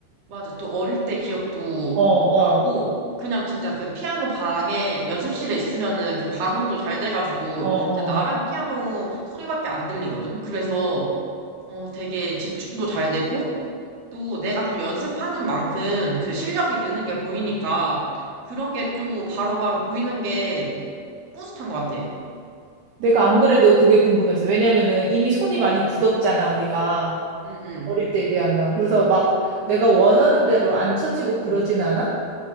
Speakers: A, on the right; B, on the right.
A: 맞아. 또 어릴 때 기억도
B: 어, 어,
A: 나고, 그냥 진짜 그 피아노 방에 연습실에 있으면은 그 방음도 잘 돼가지고,
B: 어,
A: 진짜
B: 어.
A: 나랑 피아노 소리밖에 안 들리거든? 그래서, 어, 되게 집중도 잘 되고, 또 내가 또 연습하는 만큼 그 실력이 느는 게 보이니까, 그런 게 또 바로바로 보이는 게 뿌듯한 것 같아.
B: 내가 안 그래도 그게 궁금해서. 왜냐면은 이미 손이 많이 굳었잖아, 우리가.
A: 응, 응.
B: 어릴 때에 비하면. 그래서 막 내가 원하는 대로 안 쳐지고 그러진 않아?